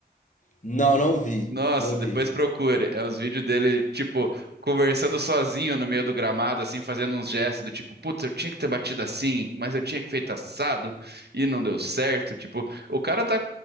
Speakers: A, on the left (about 45°); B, on the right (about 70°).
A: Não, não vi.
B: Nossa,
A: Não
B: depois
A: vi.
B: procure. É os vídeos dele, tipo, conversando sozinho no meio do gramado, assim, fazendo uns gestos do tipo, putz, eu tinha que ter batido assim, mas eu tinha que feito assado e não deu certo. Tipo, o cara tá,